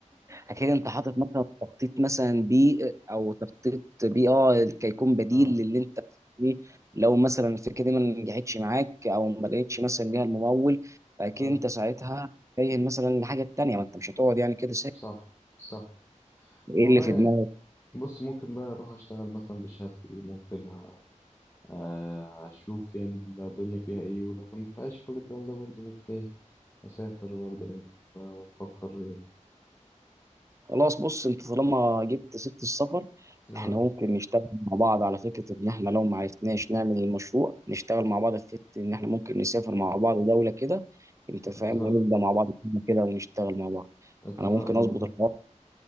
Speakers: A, on the right; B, on the left.
A: اكيد انت حاطط مثلا تخطيط مثلا بي او تخطيط بي اه كيكون بديل
B: اه
A: للي انت فيه لو مثلا الفكره دي ما نجحتش معاك او ما لقيتش مثلا ليها الممول فاكيد
B: اه
A: انت ساعتها تتجه مثلا لحاجه تانيه ما انت مش هتقعد يعني كده ساكت
B: صح صح
A: ايه
B: والله
A: اللي في دماغك
B: بص ممكن بقى اروح اشتغل مثلا بشهادتي ممكن أ- آه، اشوف يعني الدنيا فيها ايه ولو ما نفعش كل الكلام ده برضه ممكن ايه اسافر برضه يعني افكر ايه
A: خلاص بص انت طالما جبت سيره السفر
B: اه
A: احنا ممكن نشتغل مع بعض على فكره ان احنا لو ما عرفناش نعمل المشروع نشتغل مع بعض في فكره ان احنا ممكن نسافر مع بعض دوله كده انت فاهم
B: اتفق
A: ونبدا مع بعض كده ونشتغل مع بعض
B: اتفقنا
A: انا ممكن اظبط
B: والله
A: الحوار